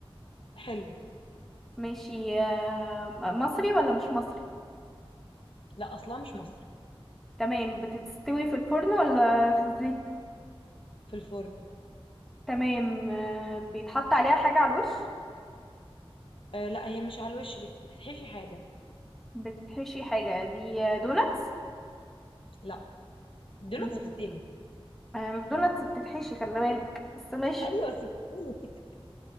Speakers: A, on the left; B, in the centre.
A: حلو
B: ماشي آم، مصري ولا مش مصري
A: لا اصلا مش مصري
B: تمام بتستوي في الفرن ولا في الزيت
A: في الفرن
B: تمام آم، بيتحط عليها حاجة على الوش
A: آه لا هي مش على الوش بت- بتتحشي حاجه
B: بتتحشي حاجة دي دوناتس دوناتس
A: لا الدوناتس
B: مم.
A: بتتقلي
B: آه، الدوناتس بتتحشي خلي بالك بس ماشي
A: ايوه بس بتتقلي